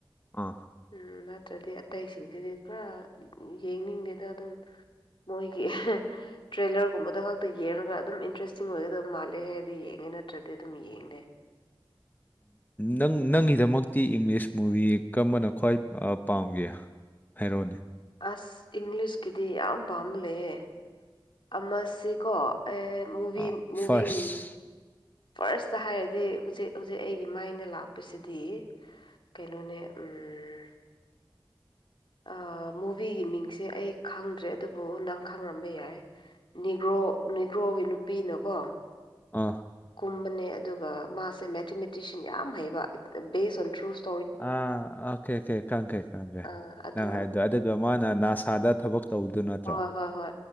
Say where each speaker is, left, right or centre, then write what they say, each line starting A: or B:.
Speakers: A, on the left; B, on the left.
A: ꯑꯥ
B: ꯎꯝ ꯅꯠꯇ꯭ꯔꯗꯤ ꯑꯇꯩꯁꯤꯡꯁꯤꯗꯤ ꯄꯨꯔꯥ ꯌꯦꯡꯅꯤꯡꯗꯦꯗ ꯑꯗꯨꯝ ꯃꯣꯏꯒꯤ ꯇ꯭ꯔꯦꯂꯔꯒꯨꯝꯕꯗ ꯈꯛꯇ ꯌꯦꯡꯉꯒ ꯑꯗꯨꯝ ꯏꯟꯇꯔꯦꯁꯇꯤꯡ ꯑꯣꯏꯒꯗꯕ ꯃꯥꯜꯂꯦ ꯍꯥꯏꯔꯗꯤ ꯌꯦꯡꯉꯦ ꯅꯠꯇ꯭ꯔꯗꯤ ꯑꯗꯨꯝ ꯌꯦꯡꯗꯦ
A: ꯅꯪ ꯅꯪꯒꯤꯗꯃꯛꯇꯤ ꯏꯪꯂꯤꯁ ꯃꯨꯚꯤ ꯀꯝꯕꯅ ꯈ꯭ꯋꯥꯏ ꯑ ꯄꯥꯝꯒꯦ ꯍꯥꯏꯔꯣꯅꯦ
B: ꯑꯁ ꯏꯪꯂꯤꯁꯀꯤꯗꯤ ꯌꯥꯝ ꯄꯥꯝꯕ ꯂꯩꯌꯦ ꯑꯃꯁꯤꯀꯣ ꯑꯦ ꯃꯨꯚꯤ
A: ꯑꯥ
B: ꯃꯨꯚꯤ
A: ꯐꯥꯔꯁ
B: ꯃꯤ ꯐꯥꯔꯁꯇ ꯍꯥꯏꯔꯗꯤ ꯍꯧꯖꯤꯛ ꯍꯧꯖꯤꯛ ꯑꯩꯒꯤ ꯃꯥꯏꯟꯗ ꯂꯥꯛꯄꯁꯤꯗꯤ ꯀꯩꯅꯣꯅꯦ ꯎꯝ ꯑꯥ ꯃꯨꯚꯤꯒꯤ ꯃꯤꯡꯁꯦ ꯑꯩ ꯈꯪꯗ꯭ꯔꯦ ꯑꯗꯨꯕꯨ ꯅꯪ ꯈꯪꯉꯝꯕ ꯌꯥꯏ ꯅꯤꯒ꯭ꯔꯣ ꯅꯤꯒ꯭ꯔꯣꯒꯤ ꯅꯨꯄꯤꯅꯀꯣ
A: ꯑꯥ
B: ꯀꯨꯝꯕꯅꯦ ꯑꯗꯨꯒ ꯃꯥꯁꯦ ꯃꯦꯊꯃꯦꯊꯤꯛꯁꯌꯟ ꯌꯥꯝ ꯍꯩꯕ ꯕꯦꯁ ꯑꯣꯟ ꯇ꯭ꯔꯨꯁ
A: ꯑꯥ ꯑꯣꯀꯦ ꯑꯣꯀꯦ ꯈꯪꯒꯦ ꯈꯪꯒꯦ
B: ꯑꯥ ꯑꯗꯨ
A: ꯅꯪ ꯍꯥꯏꯗꯣ ꯑꯗꯨꯒ ꯃꯥꯅ ꯅꯥꯁꯥꯗ ꯊꯕꯛ ꯇꯧꯗꯨ ꯅꯠꯇ꯭ꯔꯣ
B: ꯍꯣꯏ ꯍꯣꯏ ꯍꯣꯏ